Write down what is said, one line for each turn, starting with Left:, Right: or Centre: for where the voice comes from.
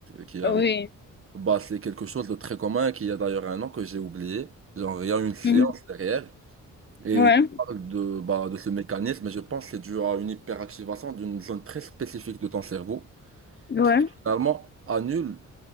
Right: qui est avec.
Left: ouais, oui,
Right: Bah, c'est quelque chose de très commun et qui a d'ailleurs un nom que j'ai oublié. Genre, il y a une science
Left: Mhm.
Right: derrière. Et
Left: Ouais,
Right: il parle de, bah, de ce mécanisme, et je pense que c'est dû à une hyperactivation d'une zone très spécifique de ton cerveau,
Left: ouais,
Right: finalement annule,